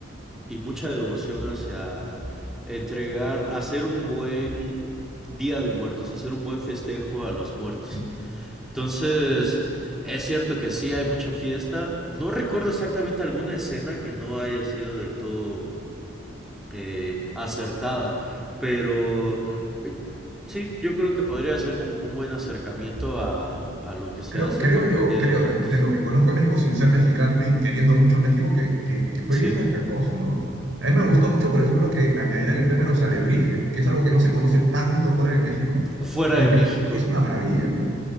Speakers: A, in the centre; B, on the right.
A: y mucha devoción hacia entregar, hacer un buen día de muertos, hacer un buen festejo a los muertos.
B: sí.
A: Entonces, es cierto que sí hay mucha fiesta. No recuerdo exactamente alguna escena que no haya sido del todo eh, acertada. Pero eh, sí, yo creo que podría ser como un buen acercamiento a, a lo que se
B: Creo,
A: hace
B: creo
A: para
B: yo,
A: el Día
B: creo,
A: de Muertos.
B: de, de lo que conozco de México sin ser mexicano y queriendo mucho México, que, que, que fue
A: Sí,
B: bien respetuoso, ¿no? A mí me gustó mucho, por ejemplo, que añadieran el tema de los alebrijes, que es algo que no se conoce tanto fuera de México
A: fuera
B: y
A: de
B: que
A: México.
B: son- es una maravilla, ¿no?